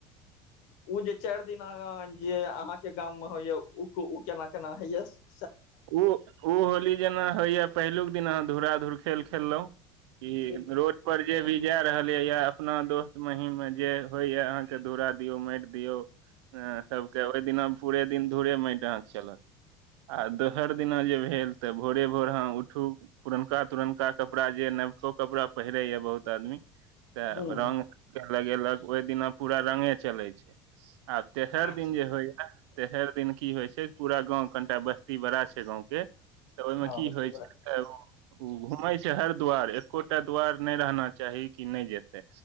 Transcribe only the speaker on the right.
ओ ओ होली जेना होइए पहिलुक दिन अहाँ धूराधुर खेल खेलहुँ की
रोड पर जे भी जा रहल य या अपना दोस्त महीम में जे होइ या अहाँके धरा दियौ माटि दियौ सबकेँ ओहि दिना पूरे दिन धूरे माटि अहाँकेँ चलत आ दोस सर दिना जे भेल तऽ भोरे भोर अहाँ उठू पुरनका तुरनका कपड़ा जे नवको कपड़ा पहिरै य बहुत आदमी तऽ
रंग लगेलक ओहि दिना पूरा रंगे चलै छै आब तेसर
दिन जे होइ य तेसर दिन की होइ छै पूरा गाँव कनिटा बस्ती बड़ा छै गाँवकेँ तऽ ओहिमे
की
होइ
छै <unintelligible> उ घूमैं छै हर द्वार एकोटा द्वार नहि रहना चाही की नहि जेतै